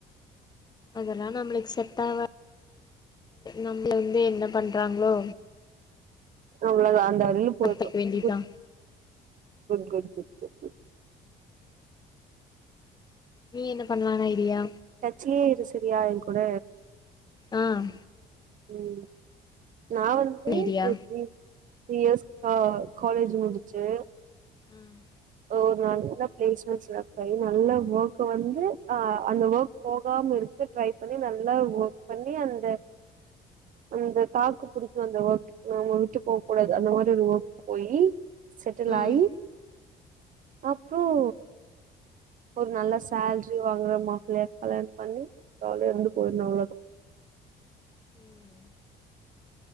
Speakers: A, on the left; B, on the right.
A: அதெல்லாம் நம்மளுக்கு செட்ட நம்ம வந்து என்ன பண்றாங்களோ
B: அவ்ளோதான் அந்த வரையிலும் போயும்
A: அத்தைக்கு வேண்டிதா
B: கு கு கு கு
A: நீ என்ன பண்ணலானா ஐடியா
B: கச்சே இரு சரியா என் கூட
A: ஆஹ்
B: ம் நான் வந்து
A: ஐடியா
B: தரீ த்ரீ இயர்ஸ் ஆஹ காலேஜ் முடிச்சு
A: ஆஹ்
B: ஒரு நல்ல பிளேஸ்மெண்ட்ஸ் நல்ல ஒர்க் வந்து ஆஹ அந்த ஒர்க் போகாம இருக்கு ட்ரை பண்ணி நல்லா ஒர்க் பண்ணி அந்த அந்த தாக்கு புடிக்கும் அந்த ஒர்க் அவ விட்டு போக கூடாது அந்த மாதிரி ஒரு ஒர்க் போய் செட்டலாய்யி
A: ம்
B: அப்புறம் ஒரு நல்ல சேல்ரி வாங்குற மாப்பிளை யா கல்யாணம் பண்ணி அவள இருந்து போயிரும் அவ்ளோதான்
A: ம்